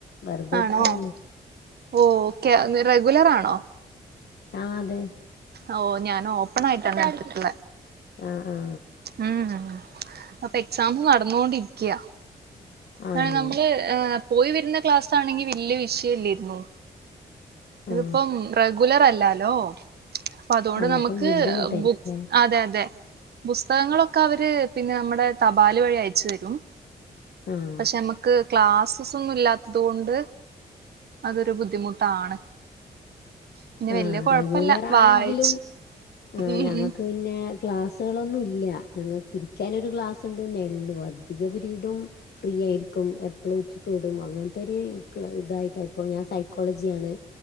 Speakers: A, on the left; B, on the right.
A: വെറ്തെരിക്കലന്നെ
B: ആണോ ഓ ക്കെ ന്ന്റെസഗുലറാണോ
A: ആതെ
B: ഓ ഞാനോപ്പണായിട്ടാൺ നട്ത്ത്
A: ആഹ് ആഹ്
B: ഉം അപ്പൊ എക്സാംസ് നടന്നുകൊണ്ടിരിക്കയാ
A: ആണോ
B: അ നമ്മള് ഹ് പോയി വരുന്ന ക്ലാസ്സ് ആണെങ്കിൽ വല്യയ വിഷയം ഇല്ലരുന്നു
A: ആ
B: ഇതിപ്പം റെഗുലർ അല്ലാലോ ഇപ്പ അതുകൊണ്ട്
A: ആ
B: നമുക്ക്
A: അപ്പം ബുദ്ധിമുട്ടായിരിക്കുംല്ലേ
B: ബുക്സ് അതെ അതെ പുസ്തകങ്ങളൊക്കെ അവര് പിന്നെ നമ്മുടെ തപാൽ വഴി അയച്ചു തരും
A: ആ
B: പക്ഷെ നമുക്ക് ക്ലാസസ് ഒന്നും ഇല്ലാത്തത് കൊണ്ട് അതൊരു ബുദ്ധിമുട്ടാണ് പിന്നെ
A: ആ
B: വല്യ കൊഴപ്പല്ല
A: ഹ്റെഗുലർ
B: വായിച്ച്
A: ആണെങ്കിലും ആ ഹ്ഞങ്ങക്ക്
B: ഉം ഉം
A: പിന്നെ ക്ലാസ്സുകളൊന്നും ഇല്ല ഞങ്ങൾക്ക് ഇരിക്കാനൊരു ഗക്ലാസ്ണ്ട് നെള്ളും അധിക പിരീടും ഫ്രീ ആയിരിക്കും എപ്പഴും ഉച്ചക്ക് വിടും അങ്ങനത്തെ ഒരു ഇതായിട്ടാ ഇപ്പൊ ഞാൻ സൈക്കോളജി ആണ്